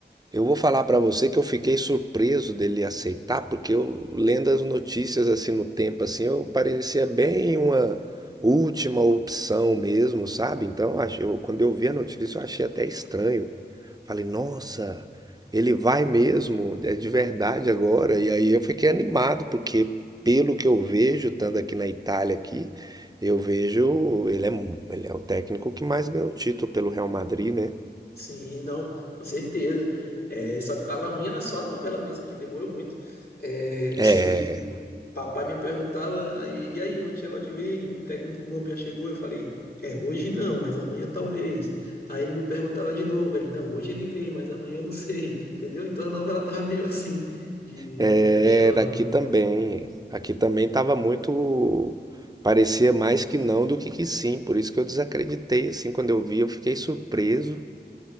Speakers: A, on the right; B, on the left.
A: Eu vou falar pra você que eu fiquei surpreso dele aceitar, porque eu lendo as notícias assim no tempo assim, eu parecia bem uma última opção mesmo, sabe? Então, eu achei- eu- quando eu vi a notícia, eu achei até estranho. Falei, nossa, ele vai mesmo, é de verdade agora. E aí eu fiquei animado, porque pelo que eu vejo, estando aqui na Itália aqui, eu vejo ele é, mu- ele é o técnico que mais ganhou título pelo Real Madrid, né?
B: Sim, não, com certeza. É, só que tava ruim era só a novela mesmo, porque demorou muito. É, eu
A: é
B: sei que papai me perguntava, aí, e aí, o Ancelotti vem, o técnico novo já chegou, eu falei, é, hoje não, mas amanhã talvez. Aí ele me perguntava de novo, ele, não, hoje ele vem, mas amanhã eu não sei, entendeu? Então a novela tava meio assim, de,
A: Era
B: de fechar ou não.
A: aqui também. Aqui também estava muito. Parecia mais que não do que que sim. Por isso que eu desacreditei. Assim, quando eu vi, eu fiquei surpreso.